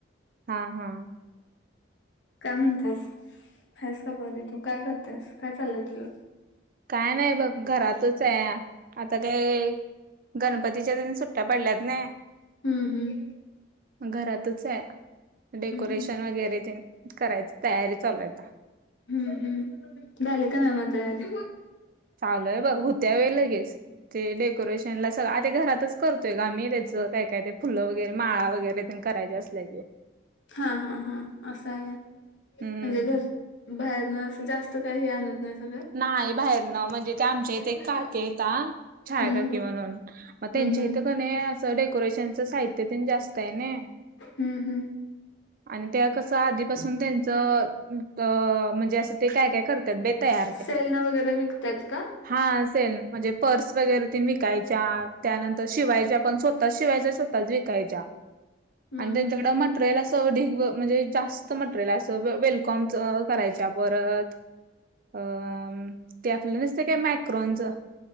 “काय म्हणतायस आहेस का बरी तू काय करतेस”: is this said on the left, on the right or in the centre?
Left